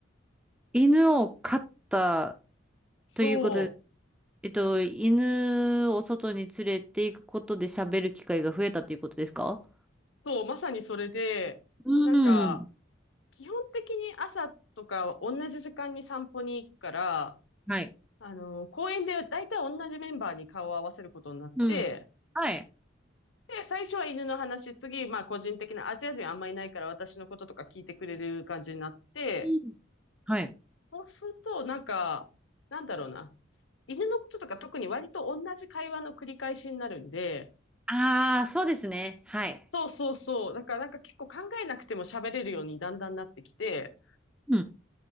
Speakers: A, in the centre; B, on the left.
A: 犬を飼った
B: そう。
A: ということで、えっと、犬を外に連れて行くことで喋る機会が増えたということですか
B: そう、まさにそれで、
A: うん。
B: なんか、基本的に朝とか同じ時間に散歩に行くから、
A: はい。
B: あの、公園で大体同じメンバーに顔を合わせることになって、
A: うん。はい。
B: で、最初は犬の話、次、まあ個人的なアジア人あんまいないから私のこととか聞いてくれる感じになって、
A: うんはい。
B: そうすると、なんか、なんだろうな。犬のこととか特に割と同じ会話の繰り返しになるんで、
A: ああー、そうですね。はい。
B: そうそうそう。だからなんか結構考えなくても喋れるようにだんだんなってきて、
A: うん。